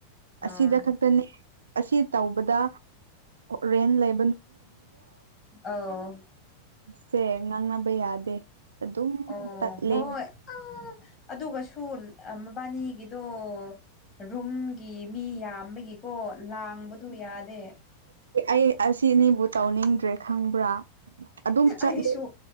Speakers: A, on the right (about 70°); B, on the left (about 20°).
A: ꯑꯁꯤꯗ
B: ꯑꯥ
A: ꯈꯛꯇꯅꯤ ꯑꯁꯤ ꯇꯧꯕꯗ ꯔꯦꯟ ꯂꯩ
B: ꯑꯥꯎ
A: ꯁꯦ ꯉꯥꯡꯅꯕ ꯌꯥꯗꯦ ꯑꯗꯨꯝ
B: ꯑꯣ
A: ꯇꯠꯂꯦ
B: ꯍꯣꯏ ꯑ ꯑꯗꯨꯒꯁꯨ ꯃꯕꯥꯅꯤꯒꯤꯗꯣ ꯔꯨꯝꯒꯤ ꯃꯤ ꯌꯥꯝꯕꯒꯤ ꯀꯣ ꯂꯥꯡꯕꯗꯨ ꯌꯥꯗꯦ
A: ꯑꯩ ꯑꯁꯤꯅꯤꯕꯨ ꯇꯧꯅꯤꯡꯗ꯭ꯔꯦ ꯈꯪꯕ꯭ꯔꯥ ꯑꯗꯨꯝ ꯆꯠꯂꯦ
B: ꯑꯩꯁꯨ